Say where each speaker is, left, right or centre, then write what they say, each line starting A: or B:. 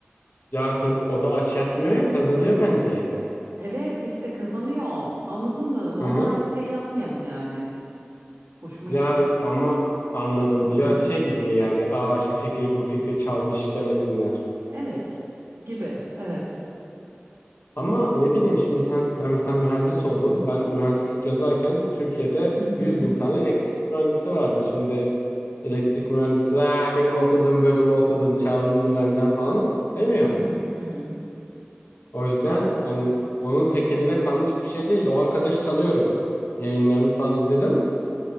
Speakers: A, on the left (about 65°); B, on the right (about 85°).
A: Ya kız- o da aç yatmıyor ya kazanıyor bence.
B: Evet işte kazanıyor anladın mı?
A: Hı
B: Ama
A: hı.
B: aynı şeyi yapmayalım yani. Hoşuma
A: Ya
B: gitmedi.
A: ama anladım
B: Hı
A: biraz
B: hı.
A: şey gibi mi yani? Aa şu fikri bu fikri çalmış demesinler.
B: Evet gibi evet.
A: Ama ne bileyim şimdi sen ben mesela mühendis oldum. Ben mühendislik yazarken Türkiye'de
B: Hı hı.
A: 100 bin tane elektrik mühendisi vardı. Şimdi elektrik mühendisi Aa, benim okuduğum bölümü okudun çaldın mı benden falan demiyor.
B: Hı hı. Hı hı.
A: O yüzden
B: Ee,
A: hani onun tekeline kalmış bir şey değil. O arkadaşı tanıyorum. Yayınlarını falan izledim.